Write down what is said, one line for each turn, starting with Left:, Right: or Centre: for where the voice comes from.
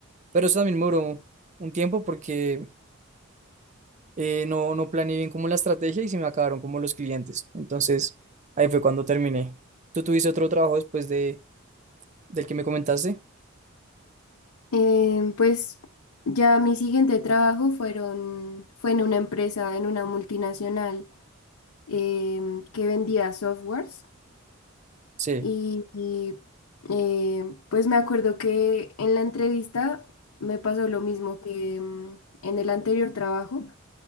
Right: Pero eso también me duró un tiempo porque eh, no, no planeé bien como la estrategia y se me acabaron como los clientes. Entonces, ahí fue cuando terminé. ¿Tú tuviste otro trabajo después de, del que me comentaste?
Left: Em, pues ya mi siguiente trabajo fueron, fue en una empresa, en una multinacional em, que vendía softwares
Right: Sí,
Left: y, y, em, pues me acuerdo que en la entrevista me pasó lo mismo que em, en el anterior trabajo